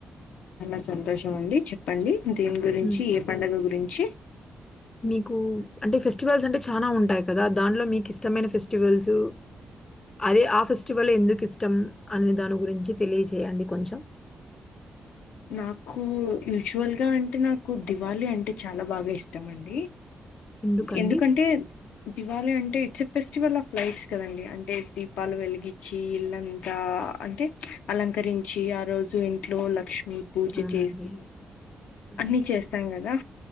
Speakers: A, on the left; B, on the left.
A: చాలా సంతోషం అండి చెప్పండి దేని గురించి
B: హ్మ్.
A: ఏ పండగ గురించి
B: మీకు అంటే ఫెస్టివల్స్ అంటే చానా ఉంటాయ్ కదా దాన్లో మీకు ఇష్టమైన ఫెస్టివల్స్ అదే ఆ ఫెస్టివల్ ఎందుకు ఇష్టం అనే దాని గురించి తెలియజేయండి కొంచెం
A: నాకు యూచువల్గా అంటే నాకు దివాళి అంటే చాలా బాగా ఇష్టం అండి
B: ఎందుకండి?
A: ఎందుకంటే? దివాళి అంటే it's a festival of lights కదండి అంటే దీపాలు వెలిగిచ్చి ఇల్లంతా అంటే అలంకరించి ఆ రోజు ఇంట్లో లక్ష్ ను పూజ
B: అవునండి.
A: చేసి
B: అవునండి.
A: అన్నీ చేస్తాం కదా?